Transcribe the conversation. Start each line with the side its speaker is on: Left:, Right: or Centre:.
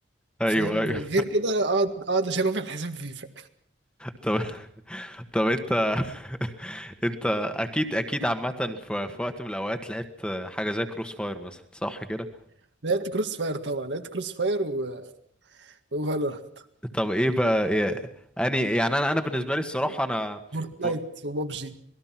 Centre: ايوه
Right: فاهم
Centre: ايوه
Right: غير كده اقعد اقعد اشيلهم في الحساب فيفا
Centre: طب طب انت <laughs> انت اكيد اكيد عامه في في وقت من الاوقات لعبت حاجه زي كروس فاير مثلا صح كده
Right: <laughs> لعبت كروس فاير طبعا لعبت كروس فاير و... وفالورانت
Centre: طب ايه بقى إيه اني يعني انا انا بالنسبه لي الصراحه انا
Right: فورتنايت
Centre: ف-
Right: وبابجي